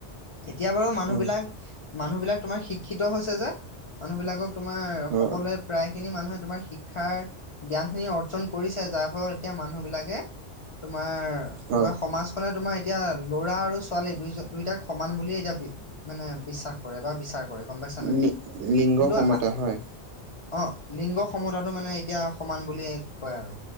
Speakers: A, on the left; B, on the right.
A: এতিয়া বাৰু মানুহবিলাক-মানুহবিলাক
B: হয়
A: তোমাৰ শিক্ষিত হৈছে যে মানুহবিলাকক। তোমাৰ
B: হয়
A: সকলোৱে। প্ৰায় খিনি মানুহে তোমাৰ শিক্ষাৰ জ্ঞানখিনি অৰ্জন কৰিছে যাৰ ফলত এতিয়া মানুহবিলাক। তোমাৰ
B: হয়
A: বা সমাজ। ধৰা তোমাৰ এতিয়া ল'ৰা আৰু ছোৱালী দুইজন-দুইটাক সমান বুলি এতিয়া বি মানে বিশ্বাস কৰে বা বিচাৰ কৰে গম পাইছা নাই,
B: লি লিংগ
A: কিন্তু
B: সমতা
A: আহ',।
B: হয়
A: অ', লিংগ সমতাটো মানে এতিয়া সমান বুলিয়ে কয় আৰু